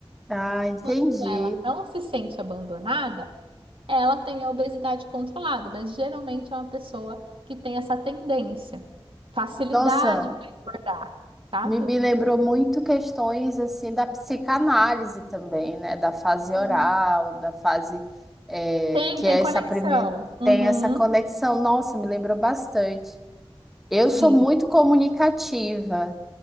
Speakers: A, in the centre; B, on the right.
A: Ah, entendi.
B: Quando ela não se sente abandonada, ela tem a obesidade controlada, mas geralmente é uma pessoa que tem essa tendência, facilidade
A: Nossa,
B: para engordar, sabe?
A: me, me lembrou muito questões assim da psicanálise também, né? Da fase
B: Sim.
A: oral, da fase eh,
B: Tem,
A: que
B: tem
A: é
B: conexão.
A: essa primeira,
B: Uhum.
A: tem essa conexão. Nossa, me lembrou bastante. Eu
B: Sim.
A: sou muito comunicativa